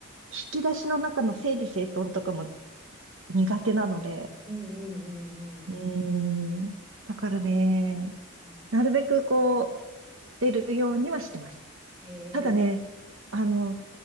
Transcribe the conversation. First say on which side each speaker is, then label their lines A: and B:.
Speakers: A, on the right; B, on the right.
A: き出しの中の整理整頓とかも苦手なので、
B: うんうんうんうんうんうん
A: うーん、だからね、
B: うん
A: なるべくこう、出るようにはしてます。
B: ええ
A: ただね、あの、